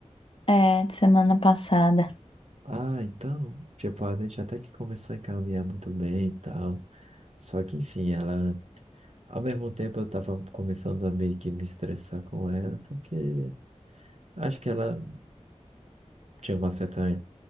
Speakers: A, on the left; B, on the right.
A: É, de semana passada.
B: Ah, então, tipo, a gente até que começou a encaminhar muito bem e tal. Só que, enfim, ela. Ao mesmo tempo, eu tava começando a meio que me estressar com ela, porque acho que ela tinha uma certa